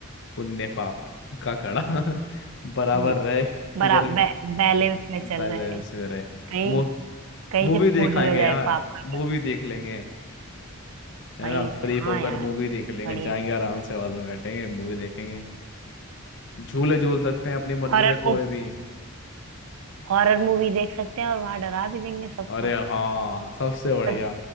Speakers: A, on the left; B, on the right.
A: पुण्य पाप का घड़ा <laughs> बराबर
B: हम्म,
A: रहे
B: बराबर
A: किधर भी
B: बै, बैलेंस
A: हाँ,
B: में चल
A: बैलेंस
B: रहा है
A: में रहे
B: कहीं
A: मु,
B: कहीं
A: मूवी
B: से
A: देखाएंगे
B: फूट न जाए
A: यार
B: पाप का
A: मूवी देख लेंगे है
B: भाई
A: ना फ्री
B: हाँ
A: फोकट
B: यार
A: मूवी देख लेंगे
B: बढ़िया
A: जाएंगे आराम से हॉल में बैठेंगे मूवी देखेंगे झूले झूल सकते हैं अपनी मर्जी
B: हॉरर
A: से
B: मूवी
A: कोई भी
B: हॉरर मूवी देख सकते हैं और वहां डरा भी देंगे सबको
A: अरे हाँ सबसे बढ़िया
B: सब